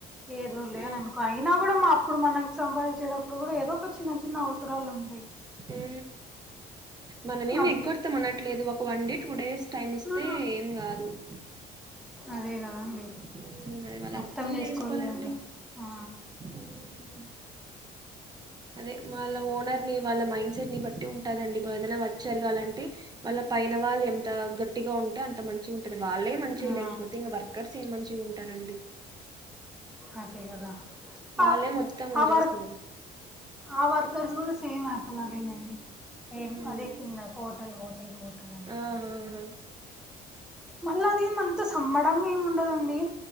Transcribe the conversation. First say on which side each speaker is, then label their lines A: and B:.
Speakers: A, in the centre; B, on the right.
A: ఏదో లే
B: ఉమ్
A: అని అనుకో అయినా కూడా మ అప్పుడు మనం సంపాదించేటప్పుడు కూడా ఏదో ఒక చిన్న చిన్న అవసరాలు ఉంటయి
B: ఊ మనం ఏం
A: అది
B: ఎగ్గొడతాం అనట్లేదు ఒక one day two days time ఇస్తే
A: ఆ
B: ఏం కాదు <inaudible>
A: అదే కదండి
B: హ్మ్ అది వాళ్ళు
A: అర్థం చేసుకోవాలిగా
B: చేసుకోవాలండి.
A: అండి ఆ
B: హ్మ్ అదే వాళ్ళ ఓనర్ ని వాళ్ళ మైండ్ సెట్ ని బట్టి ఉంటదండి ఏదనా వర్క్ జరగాలంటే వాళ్ళ పైన వాళ్ళు ఎంత గట్టిగా ఉం అంత మంచిగా ఉంటది వాళ్ళే మంచిగా
A: ఆ
B: లేకపోతే ఇంకా వర్కర్స్ ఏం మంచిగా ఉంటారండి
A: అదె కదా అ
B: వాళ్ళే మొత్తం వదిలేస్తున్నారు.
A: అ వర్ ఆహ్ వర్కర్స్ కూడా సేమ్ ప్లాగేలేండి. సేమ్
B: హ్మ్
A: అదే కింద హోటల్ హోటల్ హోటల్ అనుకుంటా.
B: ఆహాహా!
A: మళ్ళ అది అంత సంమ్మడంగా ఏమి ఉండదండియా